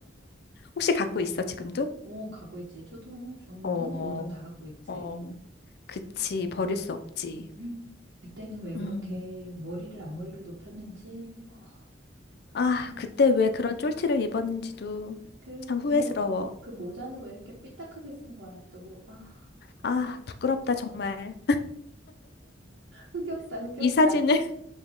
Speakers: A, on the left; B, on the right.
A: 혹시 갖고 있어, 지금도?
B: 오, 갖고 있지. 초등, 중등,
A: 어,
B: 고등 다 갖고 있지.
A: 어, 그치, 버릴 수 없지.
B: 음, 그때는 왜 그렇게
A: 음.
B: 머리를 앞머리를 높였는지, 아,
A: 아,
B: 정말
A: 그때 왜 그런 쫄티를 입었는지도
B: 그,
A: 참
B: 그
A: 후회스러워.
B: 모, 그 모자는 왜 이렇게 삐딱하게 쓴 거야, 또. 아,
A: 아,
B: 정말
A: 부끄럽다, 정말.
B: 흑역사, 흑역사.
A: 이 사진을, <laughs>